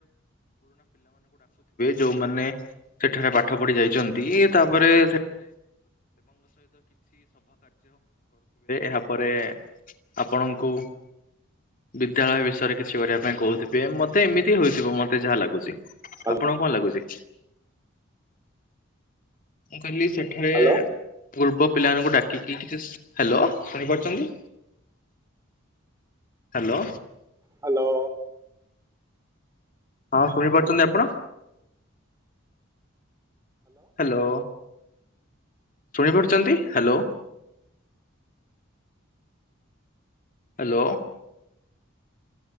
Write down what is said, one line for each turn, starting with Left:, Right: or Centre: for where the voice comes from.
Left: ଯୋଉମାନେ <inaudible> କରୁଥିବେ ଏହାପରେ ଆପଣଙ୍କୁ ବିଦ୍ୟାଳୟ ବିଷୟରେ କିଛି କରିବା ପାଇଁ କହୁଥିବେ। ମ ମତେ ଏମିତି ହେଇଥିବ ମତେ ମୁଁ
Right: ହ୍ୟାଲୋ
Left: କହିଲି ସେଠାରେ
Right: ହ୍ୟାଲୋ
Left: ପୂର୍ବ। ପିଲାମାନଙ୍କୁ ଡାକିକି କିଛି ହେଲୋ ଶୁଣିପାରୁଛନ୍ତି? ହ୍ୟାଲୋ।
Right: ହ୍ୟାଲୋ।
Left: ହଁ ଶୁଣିପାରୁଛନ୍ତି ଆପଣ? ହ୍ୟାଲୋ। ଶୁଣିପାରୁୁଛନ୍ତି ହ୍ୟାଲୋ? ହ୍ୟାଲୋ।